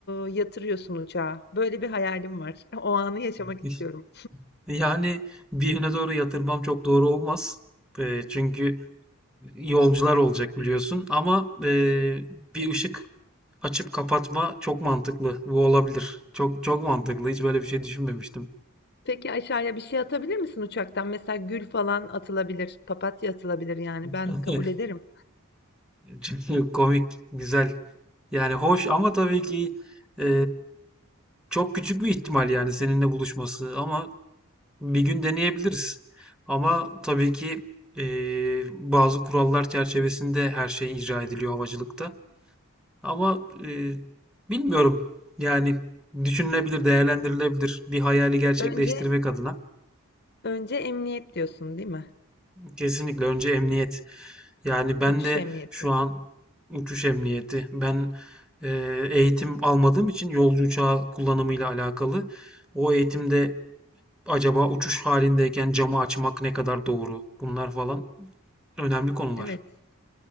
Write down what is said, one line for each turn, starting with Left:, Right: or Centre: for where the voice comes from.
Left: e, yatırıyorsun uçağı. Böyle bir hayalim var. <laughs> O anı yaşamak
Centre: <laughs>
Left: istiyorum.
Centre: Yani, bir yöne doğru yatırmam çok doğru olmaz. Eee, çünkü yolcular olacak biliyorsun ama, eee, bir ışık açıp kapatma çok mantıklı. Bu olabilir. Çok çok mantıklı. Hiç böyle bir şey düşünmemiştim.
Left: Peki aşağıya bir şey atabilir misin uçaktan? Mesela gül falan atılabilir, papatya atılabilir yani ben
Centre: <laughs>
Left: kabul ederim.
Centre: Çünkü komik, güzel. Yani hoş ama tabii ki e, çok küçük bir ihtimal yani seninle buluşması ama bir gün deneyebiliriz. Ama tabii ki e, bazı kurallar çerçevesinde her şey icra ediliyor havacılıkta. Ama e, bilmiyorum yani düşünülebilir, değerlendirilebilir bir hayali gerçekleştirmek
Left: Önce
Centre: adına.
Left: önce emniyet diyorsun, değil mi?
Centre: Kesinlikle önce emniyet. Yani ben
Left: Uçuş
Centre: de
Left: emniyeti.
Centre: şu an uçuş emniyeti, ben, eee, eğitim almadığım için yolcu uçağı kullanımıyla alakalı o eğitimde acaba uçuş halindeyken camı açmak ne kadar doğru? Bunlar falan önemli konular.
Left: Evet,